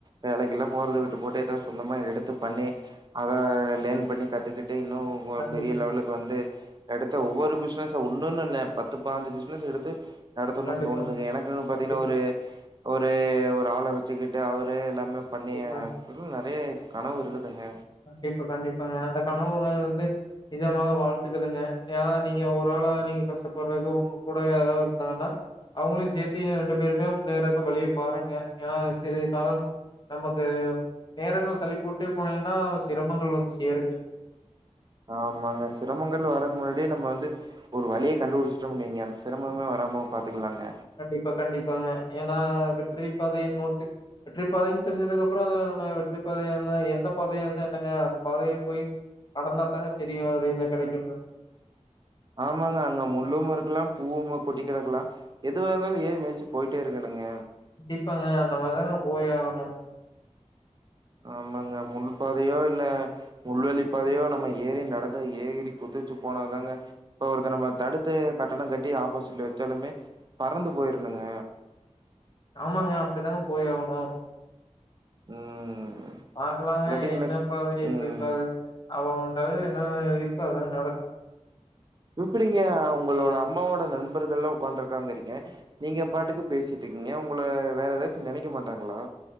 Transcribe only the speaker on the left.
கண்டிப்பா,
கண்டிப்பாங்க,
கண்டிப்பா,
கண்டிப்பா.
கண்டிப்பா கண்டிப்பாங்க அந்த கணவுகள் வந்து நிஜமாக வாழ்த்துக்களுங்க ஏன்னா நீங்க ஒராள நீங்க கஷ்டப்படுறக்கு உங்க கூட யாராது இருந்தாங்கன்னா அவங்களையு சேத்தி ரெண்டு பேருமே முன்னேறக்கு வழிய பாருங்க ஏன்னா சிறிது காலம் நமக்கு நேரங்கள் தள்ளி போட்டே போனீங்கன்னா சிரமங்கள் வந்து சேருங்க
கண்டிப்பா கண்டிப்பாங்க ஏன்னா வெற்றிப்பாதைய நோக்கு வெற்றி பாதைன்னு தெரிஞ்சதுக்கு அப்புறோ அதுல நம்ம வெற்றி பாதையா இருந்தா என்ன பாதையா இருந்தா என்னங்க அந்த பாதைய போய் கடந்தா தாங்க தெரியு அதுல என்ன கெடைக்குனு
கண்டிப்பாங்க அந்த மாரிதாங்க போய் ஆகணு
ஆமாங்க அப்டி தாங்க போய் ஆகணு
பாக்கலாங்க
என்ன
பதது எப்டி
பதனு என்னன் அவ அவன் தலைல என்னென்ன எழுதி இருக்கோ அதாங்க நடக்கு